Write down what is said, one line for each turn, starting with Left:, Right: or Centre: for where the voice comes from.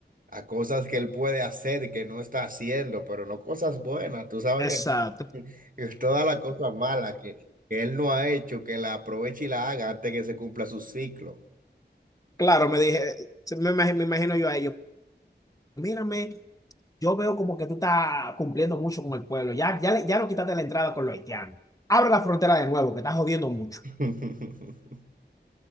Right: a cosas que él puede hacer que no está haciendo, pero no cosas buenas, tú sabes
Left: Exacto.
Right: que no. <laughs> que Todas las cosas malas que, que él no ha hecho, que la aproveche y la haga antes que se cumpla su ciclo.
Left: Claro, me dije, se- me imagino, me imagino yo a ellos, mírame, yo veo como que tú estás cumpliendo mucho con el pueblo, ya, ya, le- ya no quitaste la entrada con los haitianos, abre la frontera de nuevo, que estás jodiendo mucho.
Right: <laughs>